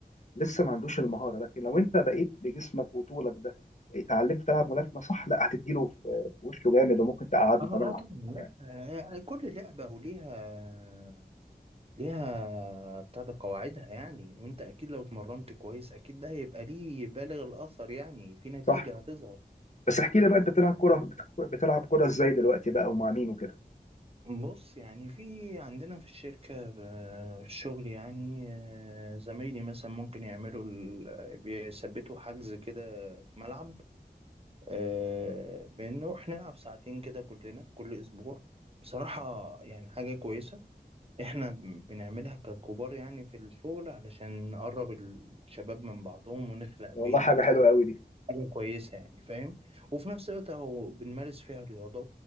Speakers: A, on the left (about 45°); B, on the right (about 35°).
A: لسه ما عندوش المهاره لكن لو انت بقيت بجسمك وطولك ده اتعلمت تلعب ملاكمه صح لا هتديله في في وشه جامد وممكن تقعده
B: اه
A: كمان
B: اه طبعا
A: على-
B: لا
A: يعني
B: آه، كل لعبه وليها ليها بتاع ده قواعدها يعني وانت اكيد لو اتمرنت كويس اكيد ده هيبقى ليه بالغ الاثر يعني في نتيجه
A: صح
B: هتظهر
A: بس احكي لي بقى انت بتلعب كره بت- بتلعب كره ازاي دلوقتي بقى ومع مين وكده
B: بص يعني في عندنا في الشركة آه، في الشغل يعني آه، زمايلي مثلا ممكن يعملوا ال- بيثبتوا حجز كده في ملعب آه، بان نروح نلعب ساعتين كده كلنا كل اسبوع بصراحة يعني حاجة كويسة احنا ب- بنعملها ككبار يعني في الشغل علشان نقرب الشباب من بعضهم ونخلق
A: والله
B: بيت
A: حاجه حلوه قوي دي
B: حاجة كويسة يعني فاهم وفي نفس الوقت اهو بنمارس فيها رياضة